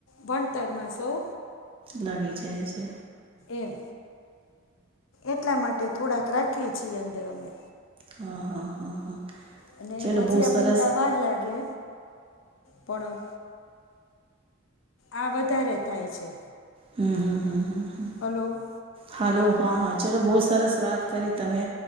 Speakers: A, on the left (about 75°); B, on the right (about 30°).
A: ભણતર માં સૌ
B: લાગી જાય છે.
A: એમ એટલા માટે થોડાક રાખીએ છીએ અંદર અમે.
B: હા હા હા હા.
A: અને
B: ચલો
A: ભજીયા
B: બહુ સરસ.
A: બનતા વાર લાગે પણ આ વધારે થાય છે.
B: હમ હમ હમ હમ હમ.
A: હલો.
B: હાલો હા હા ચલો બહુ સરસ વાત કરી તમે.